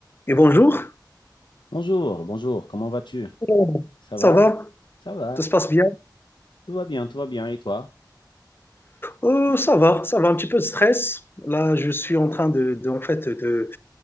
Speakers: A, on the left (about 30°); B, on the left (about 85°).
A: Et bonjour,
B: Bonjour, bonjour, comment vas-tu?
A: Oh,
B: Ça
A: ça
B: va?
A: va?
B: Ça va,
A: Tout se passe bien?
B: tout va bien, tout va bien, et toi?
A: Euh, ça va, ça va, un petit peu de stress. Là, je suis en train de, de- en fait, de,